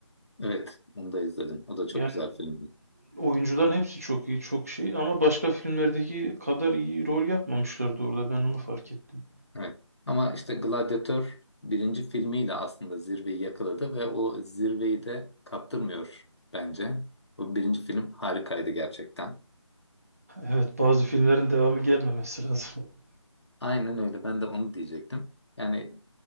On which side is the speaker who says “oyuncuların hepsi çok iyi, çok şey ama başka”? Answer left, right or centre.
Right